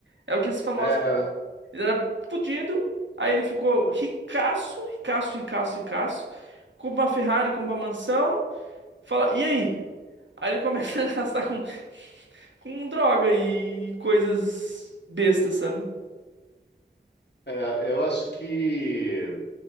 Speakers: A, on the right (about 80°); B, on the left (about 65°).
A: É o que esses famosos
B: é,
A: Ele era fudido, aí ele ficou ricaço, ricaço, ricaço, ricaço. Compra uma Ferrari, compra uma mansão. Fala, e aí? Aí ele começa <laughs> a gastar com, com droga e coisas bestas, sabe?
B: é, eu acho que